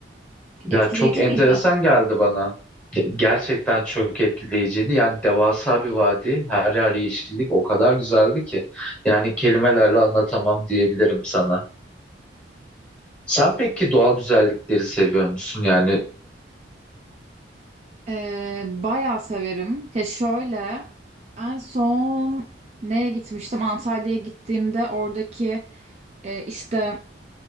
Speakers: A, in the centre; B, on the right.
A: Ya
B: Etkileyici
A: çok enteresan
B: miydi?
A: geldi bana. Ge- Gerçekten çok etkileyiciydi. Yani devasa bir vadi, her yer yeşillik, o kadar güzeldi ki. Yani kelimelerle anlatamam diyebilirim sana. Sen peki doğal güzellikleri seviyor musun? Yani
B: Ee, bayağı severim. Ya şöyle en son neye gitmiştim? Antalya'ya gittiğimde oradaki e, işte